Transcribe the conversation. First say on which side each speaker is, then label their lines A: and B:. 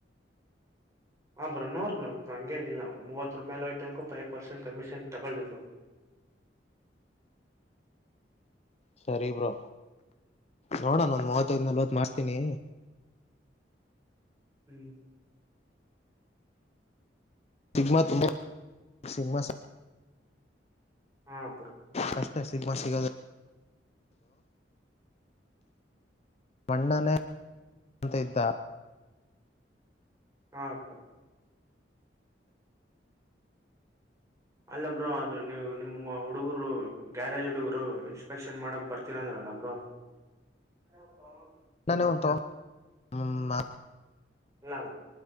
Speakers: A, on the right; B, on the left.
A: ಹ ಬ್ರಾ ನೋರ್ ನೋಡ್ ಬ್ರಾ ಹಂಗೇನಿಲ್ಲ ಮೂವತ್ ರಪಿ ಅಾಲೋಯತನಕ ಫೈವ್ ಪರ್ಸೆಂಟ್ ಕಮಿಷನ್ ತಗೊಳ್ಳಿದ್ರು <unintelligible>
B: ಸರಿ ಬ್ರೋ ನೋಡೋಣ ಮೂವತ್ತೈದ್ ನಲ್ವತ್ ಮಾಡಿಸತೀನಿ
A: ಹ್ಮ್
B: ಶಗ್ಮಾ ತುಂಬ ಸಿಗ್ಗಮಾ
A: ಹ
B: ಕಷ್ಟ ಸಿಗಮಾ ಸಿಗದದು ಮಣ್ಣನೇಂತ ಇದ್ದ
A: ಹಾಕ ಅಲ್ಲ ಬ್ರೋ ಆದೂ ನೀವು ನಿಮ ಹುಡುಗರು ಗ್ಯಾರೇಜ್ ಹುಡುಗರು ಇನ್ಸ್ಪೆಕ್ಷನ್ ಮಾಡಕ್ ಬರ್ತನ ಅಂದ್ರಲ್ಲ ಒಬ್ರು ಹದ ಹೌದು
B: ನಾನ ಹ ಹ್ಮ
A: ಎಲ್ಲಾ